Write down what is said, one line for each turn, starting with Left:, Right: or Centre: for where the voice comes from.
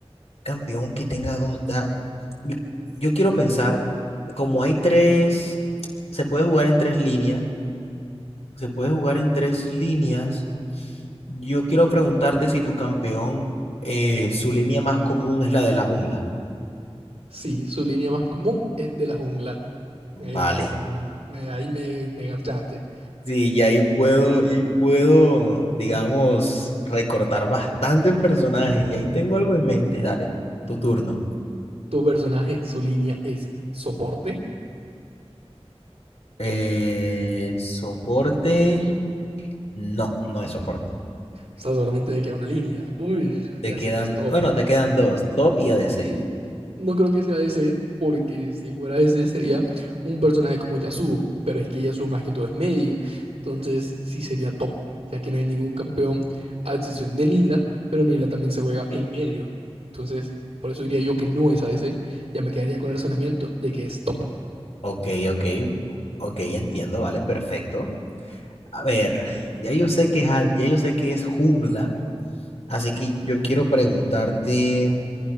Left: Campeón que tenga dos dashes. Yo, yo quiero pensar, como hay tres, se puede jugar en tres líneas, se puede jugar en tres líneas. Yo quiero preguntarte si tu campeón, eh, su línea más común es la de la jungla.
Right: Sí, su línea más común es de la jungla. Eh,
Left: Vale.
Right: me, me- ahí me, me garchaste.
Left: Sí, y ahí puedo, y ahí puedo, digamos, recortar bastantes personajes. Y ahí tengo algo en mente. Dale, tu turno.
Right: Tu personaje, su línea es soporte.
Left: Eh, soporte. No, no es soporte.
Right: O sea, solamente le queda una línea. Uy,
Left: Te
Right: ya
Left: quedan,
Right: sé que es top.
Left: bueno, te quedan dos, top y ADC.
Right: Sí, no creo que sea ese, porque si fuera ese sería un personaje como Yasuo, pero es que Yasuo más que todo es medio, entonces sí sería top, ya que no hay ningún campeón a excepción de Nila, pero Nila también se juega en medio, entonces por eso diría yo que no es a ese, ya me quedaría con el razonamiento de que es top.
Left: Ok, ok, ok, entiendo, vale, perfecto. A ver, ya yo sé que es, al- ya yo sé que es jungla. Así que yo quiero preguntarte,